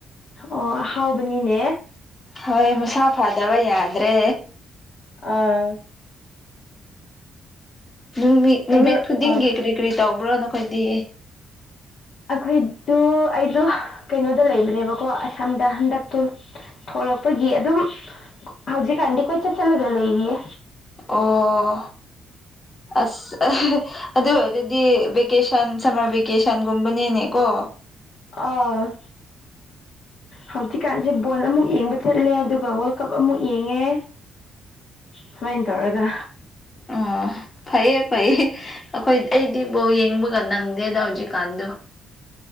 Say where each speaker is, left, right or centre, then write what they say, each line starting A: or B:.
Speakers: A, on the left (about 55°); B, on the left (about 25°).
A: ꯑꯣꯍꯥꯎꯕꯅꯤꯅꯦ
B: ꯍꯣꯏ ꯃꯁꯥ ꯐꯗꯕ ꯌꯥꯗ꯭ꯔꯦ
A: ꯑꯥ
B: ꯅꯨꯃꯤꯠ
A: ꯀꯩꯗꯧ
B: ꯅꯨꯃꯤꯠ ꯈꯨꯗꯤꯡꯒꯤ
A: ꯑꯥ
B: ꯀꯔꯤ ꯀꯔꯤ ꯇꯧꯕ꯭ꯔꯣ ꯅꯈꯣꯏꯗꯤ
A: ꯑꯩꯣꯏꯗꯨ ꯑꯩꯗꯣ ꯀꯩꯅꯣꯗ ꯂꯩꯕꯅꯦꯕꯀꯣ ꯑꯁꯥꯝꯗ ꯍꯟꯗꯛꯇꯣ ꯊꯣꯛꯂꯛꯄꯒꯤ ꯑꯗꯨꯝ ꯍꯧꯖꯤꯛꯀꯥꯟꯗꯤ ꯀꯣꯏ ꯆꯠꯁꯤꯜꯂꯒ ꯂꯩꯔꯤꯌꯦ
B: ꯑꯣ ꯑꯁ ꯑꯗꯨ ꯑꯣꯏꯔꯗꯤ ꯚꯀꯦꯁꯟ ꯁꯝꯃꯔ ꯚꯦꯀꯦꯁꯟꯒꯨꯝꯕꯅꯦꯅꯦꯀꯣ
A: ꯑꯥ ꯍꯧꯖꯤꯛꯀꯥꯟꯁꯦ ꯕꯣꯜ ꯑꯃꯨꯛ ꯌꯦꯡꯕ ꯆꯠꯂꯦ ꯑꯗꯨꯒ ꯋꯥꯔꯜ ꯀꯞ ꯑꯃꯨꯛ ꯌꯦꯡꯉꯦ ꯁꯨꯃꯥꯏꯅ ꯇꯧꯔꯒ
B: ꯑꯣ ꯐꯩꯌꯦ ꯐꯩꯌꯦ ꯑꯩꯈꯣꯏ ꯑꯩꯗꯤꯕꯨꯥꯎ ꯌꯦꯡꯕꯒ ꯅꯪ ꯗ ꯍꯧꯎꯖꯤ ꯀꯥꯟꯗ